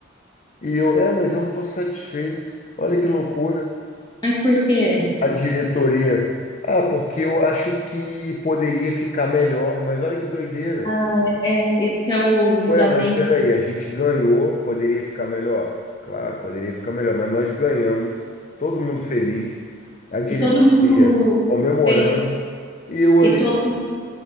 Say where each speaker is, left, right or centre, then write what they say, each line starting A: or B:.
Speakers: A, on the left; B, on the left.
A: E eu, é, mas eu não estou satisfeito. Olha que loucura.
B: Mas por quê?
A: A diretoria, ah, porque eu acho que poderia ficar melhor, mas olha que doideira.
B: Ah, é, é, esse que é o julgamento.
A: Ué, mas espera aí, a gente ganhou, poderia ficar melhor? Claro, poderia ficar melhor, mas nós ganhamos, todo mundo feliz, a diretoria
B: E todo mundo
A: comemorando,
B: fez,
A: e eu ali,
B: e todo